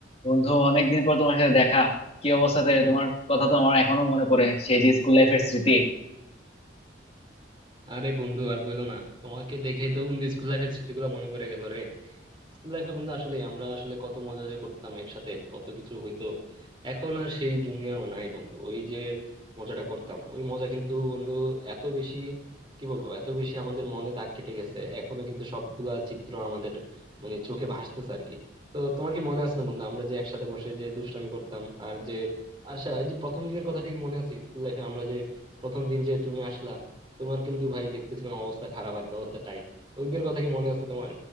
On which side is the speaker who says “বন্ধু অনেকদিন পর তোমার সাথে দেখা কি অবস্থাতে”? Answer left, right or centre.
Left